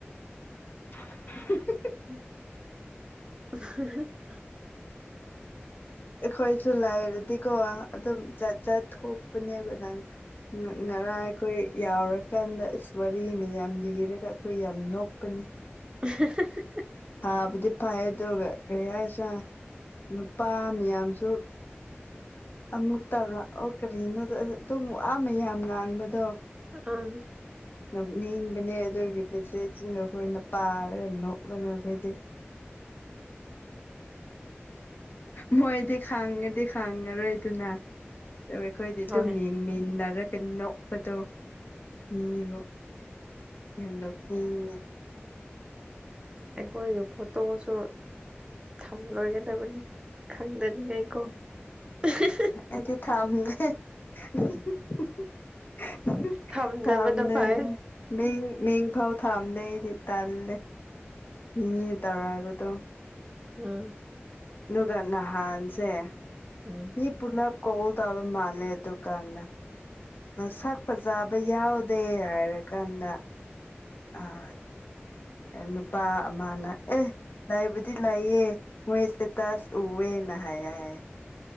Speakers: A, on the left (about 50°); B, on the right (about 20°).
A: <unintelligible>
B: <unintelligible>
A: ꯑꯩꯈꯣꯏꯁꯨ ꯂꯩꯥꯏꯔꯗꯤꯀꯣ ꯑꯗꯨꯝ ꯖꯥꯠ ꯖꯥꯠ ꯊꯣꯛꯄꯅꯦꯀ ꯅꯪ ꯉꯔꯥꯡ ꯑꯩꯈꯣꯏ ꯌꯥꯎꯔꯀꯥꯟꯗ ꯑꯁ ꯋꯥꯔꯤ ꯃꯌꯥꯝ ꯂꯤꯔꯒ ꯑꯩꯈꯣꯏ ꯌꯥꯝ ꯅꯣꯛꯄꯅꯤ
B: ꯎ <unintelligible>
A: ꯊꯥꯕꯗꯤ ꯐꯩ ꯑꯗꯨꯒ ꯀꯔꯤ ꯍꯥꯏꯁ ꯅꯨꯄꯥ ꯃꯌꯥꯝꯁꯨ ꯑꯃꯨꯛ ꯇꯧꯔ ꯑꯣ ꯀꯔꯤꯅꯣ ꯑꯗꯨꯝ ꯋꯥꯃꯦꯌꯥꯝ ꯉꯥꯡꯕꯗꯣ
B: ꯑꯥ
A: ꯅꯣꯛꯅꯤꯡꯕꯅꯦ ꯑꯗꯨꯒꯤ ꯄꯦꯆꯦꯖꯁꯤꯗ ꯑꯩꯈꯣꯏꯅ ꯄꯥꯔꯒ ꯅꯣꯛꯂꯒ ꯑꯩꯈꯣꯏꯗꯤ ꯃꯣꯏꯗꯤ ꯈꯥꯡꯉꯉꯗꯤ ꯈꯥꯡꯉ ꯔꯣꯏ <unintelligible> ꯑꯗꯨꯅ ꯑꯩꯈꯣꯏꯗꯤ ꯑꯗꯨꯝ
B: ꯍꯣꯏ
A: ꯌꯦꯡꯃꯤꯟꯅꯔꯒ ꯅꯣꯛꯄꯗꯣ ꯃꯤꯔꯣ ꯌꯦꯛꯂꯛꯄꯒꯤꯅꯦ
B: ꯑꯩꯈꯣꯏꯒꯤ ꯐꯣꯇꯣꯁꯨ ꯊꯝꯂꯣꯏꯒꯗꯕꯅꯤ ꯈꯪꯗꯗꯤ ꯀꯥꯏ ꯀꯣ <unintelligible>
A: ꯑꯗꯨꯗꯤ ꯊꯥꯝꯗꯦ <unintelligible>
B: ꯊꯝꯗꯕꯅ
A: ꯊꯝꯅꯅꯦ
B: ꯐꯩ
A: ꯃ ꯃ ꯈꯥꯎ <unintelligible> ꯊꯝꯗꯦ ꯑꯩꯗꯤ ꯇꯥꯜꯂꯦ ꯃꯤꯅ ꯇꯧꯔꯛꯑꯒꯗꯣ
B: ꯍꯥ
A: ꯑꯗꯨꯒ ꯅꯍꯥꯟꯁꯦ
B: ꯎꯝ
A: ꯃꯤ ꯄꯨꯂꯥꯞ ꯀꯣꯜꯗꯥꯕ ꯃꯥꯂꯦ ꯑꯗꯨ ꯀꯥꯟꯗ ꯁꯛ ꯐꯖꯕ ꯌꯥꯎꯗꯦ ꯍꯥꯏꯔ ꯀꯥꯟꯗ ꯑꯥ ꯅꯨꯄꯥ ꯑꯃꯅ ꯑꯦ ꯂꯥꯏꯕꯨꯗꯤ ꯂꯥꯏꯌꯦ ꯃꯣꯏꯁꯦ ꯇꯥꯁ ꯎꯋꯦꯅ ꯍꯥꯏ ꯍꯥꯏꯌꯦ